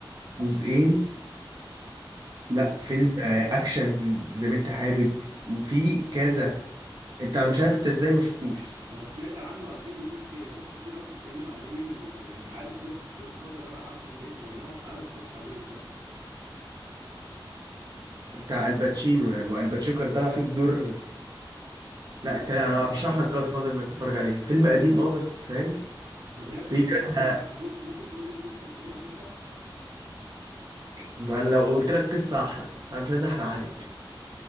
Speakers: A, on the right; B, on the right.
A: جزئين لا
B: امم
A: فيلم آه، اكشن زي ما انت حابب وفي كذا انت مش عارف انت ازاي ما شفتوش
B: انا سمعت عنه اكيد وشفت ناس كتير قوي بتتكلم عليه ويعني عارف جود جود فازر انا عارفه كاسم انما انا ما اتفرجتش عليه فاهم
A: بتاع الباتشينو يعني والباتشينو كان طالع فيه بدور
B: بالظبط
A: لا انت انا ارشح لك جاد فاذر انك تتفرج عليه فيلم قديم اه بس فاهم
B: طب هي قصته
A: في كذا
B: عامه بص ممكن تقول لي القصه من غير ما تحرق
A: ما لو قلت لك قصه احرق فمش عايز احرق عليك